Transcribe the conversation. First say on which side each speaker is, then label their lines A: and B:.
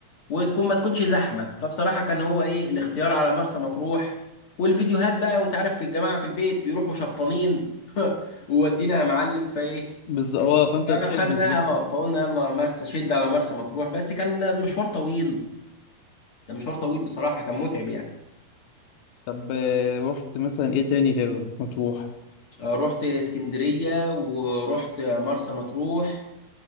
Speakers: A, on the left (about 55°); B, on the left (about 75°).
A: وتكون ما تكونش زحمه فبصراحه كان هو ايه الاختيار على مرسى مطروح والفيديوهات بقى وانت عارف في الجماعه في البيت بيروحوا شبطانين <laughs> وودينا يا معلم فايه
B: بالظبط هو فانت
A: فاخدناها
B: بتلبس بقى
A: اه فقلنا يلا مرسى شد على مرسى مطروح بس كان مشوار طويل كان مشوار طويل بصراحه كان متعب يعني
B: طب آه، رحت مثلا ايه تاني غير مطروح
A: آه، رحت اسكندريه ورحت مرسى مطروح